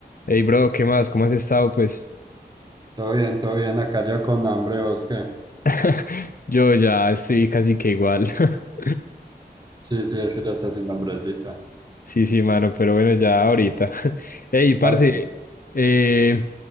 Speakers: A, on the left (about 55°); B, on the right (about 25°).
A: Hey bro, ¿qué más? ¿Cómo has estado? Pues
B: Todo bien, todo bien. Acá yo con hambre, ¿vos qué?
A: <laughs> yo ya estoy casi que igual. <laughs>
B: Sí, sí, es que ya está haciendo hambrecita.
A: Sí, sí, mano, pero bueno, ya ahorita. <laughs> Hey, parce,
B: Ah, sí.
A: eh,